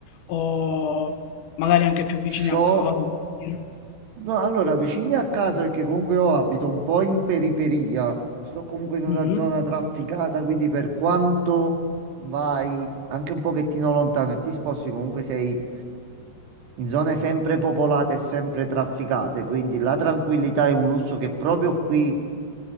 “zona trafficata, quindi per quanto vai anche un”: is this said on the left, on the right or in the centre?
Right